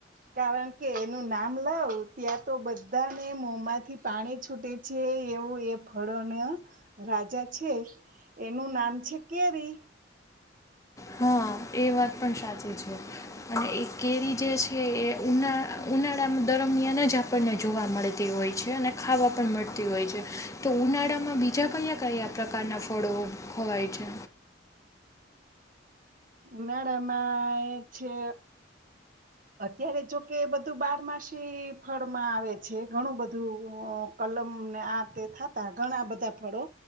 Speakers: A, on the right (about 45°); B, on the left (about 15°).
A: કારણ કે એનું નામ લાવ ત્યાં તો બધાને મોમાંથી પાણી છૂટે છે એવું એ ફળોન રાજા છે એનું નામ છે કેરી
B: હા એ વાત પણ સાચી છે અને એ કેરી જે છે એ ઉના ઉનાળા દરમિયાન જ આપણને જોવા મળતી હોય છે અને ખાવા પણ મળતી હોય છે તો ઉનાળામાં બીજા કયા કયા પ્રકારના ફળો ખવાય છે
A: મેડમ આઈ છે અત્યારે જોકે બધું બારમાસી ફળમાં આવે છે ઘણું બધું કલમને આ તે થતા ઘણા બધા ફળો